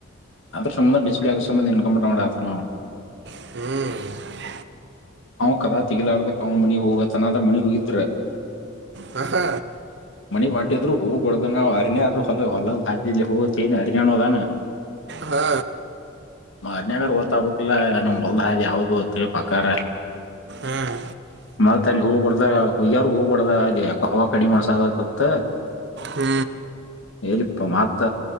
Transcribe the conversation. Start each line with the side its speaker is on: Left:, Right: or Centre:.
Left: ಅದ್ರ ಸಂಬಂಧ ಡಿಸಪ್ಲೇ ಆಗ ಸಂಬಂಧ ಇನ್ <inaudible>
Right: ಹ್ಮ್
Left: ಅವ್ ಕದಾ ತಿಗಲಾರದಕ್ ಅವ್ ಮನಿ ಹೋಗು ಅಂದ್ರ ಮನಿಗೆ ಹೋಗಿದ್ರೆ.
Right: ಹ ಹಾ
Left: ಮನೆಗ್ ಹೊಂಟಿದ್ರು ಹೋಗಲ್ದ ನವು ಅರಣ್ಯ ಹ ಹೊಲ ಹೊಲ ಹೋ. ಚನ ಅರಯಾಣ ಅದಾನ <inaudible>
Right: ಹಾ
Left: ಮಾನ್ನಗರ್ ಗೋತಾಬೇಕಿಲ್ ನಮ್ ಹೊಲದ ಹಾದಿ ಯಾವ್ದು ಅತ್ ಪಕ್ಕಾರ.
Right: ಹ್ಮ್
Left: ಮತ್ತ ಅಲ್ಲಿ ಹೋಗೊಡ್ದ ಹುಯಾರ್ ಹೋಗೊಡ್ದ ಅಲ್ಲಿ ಯಾಕ ಹವಾ ಕಡಿಮಿನಸಾಕತ್ತ.
Right: ಹು
Left: ಹೇರಿಪ್ಪಾ ಮತ್ತ.